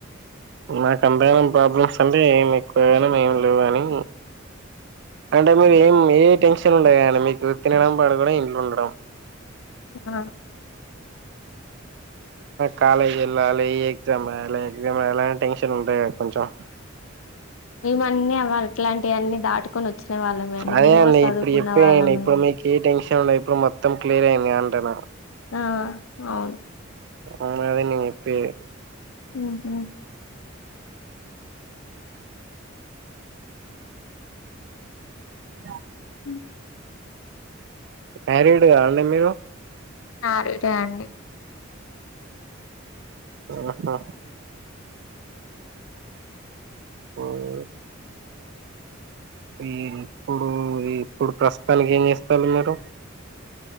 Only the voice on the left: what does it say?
ఆ
మేమ అన్నీ అ అట్లాంటివన్నీ దాటుకొని వచ్చిన వాళ్ళమే అండి
మేము కూడా చదువుకున్న
వాళ్ళమే
ఆ అవును
ఉహు
హు
మ్యారీడే అండి